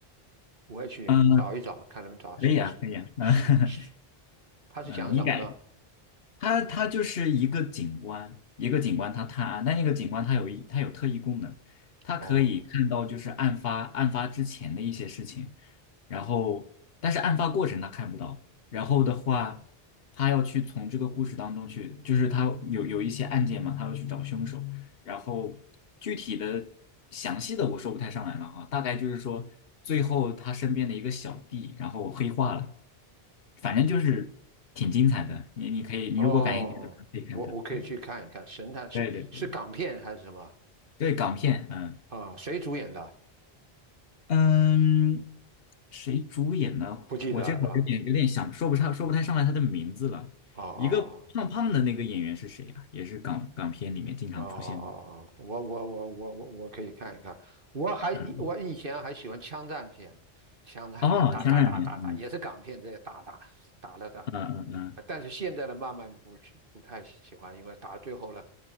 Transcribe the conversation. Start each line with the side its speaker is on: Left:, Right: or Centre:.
Right: 我也去找一找，
Left: 嗯，
Right: 看能不能找是是是是，
Left: 可以啊，可以啊，<laughs> 嗯
Right: 他是讲什么呢？
Left: 嗯你感它它就是一个警官，一个警官他探案，但那个警官他有一它有特异功能，他可以看到就是案发案发之前的一些事情，
Right: 哦
Left: 然后但是案发过程他看不到，然后的话，他要去从这个故事当中去，就是他有有一些案件嘛，他要去找凶手，然后具体的详细的我说不太上来了哈，大概就是说最后他身边的一个小弟，然后黑化了，反正就是挺精彩的。你你可以，你如果感兴趣的话可以看看。
Right: 哦，我我可以去看一看，
Left: 对
Right: 神探是是港片还是什么？
Left: 对对对，对港片，嗯
Right: 啊、谁主演的？
Left: 嗯，谁主演呢？
Right: 不记得了是吧？
Left: 我这会儿有点有点想说不上说不太上来他的名字了。
Right: 哦哦哦。
Left: 一个胖胖的那个演员是谁啊？也是港港片里面经常出现的。
Right: 哦哦哦，哦我我我我我我可以看一看。我还我以前还喜欢枪战片，
Left: 嗯，
Right: 枪战片打打打打打，
Left: 哦，枪战片，嗯
Right: 也是港片这些打打打了打，
Left: 嗯嗯嗯。
Right: 呃但是现在的慢慢不喜不太喜欢，因为打到最后了，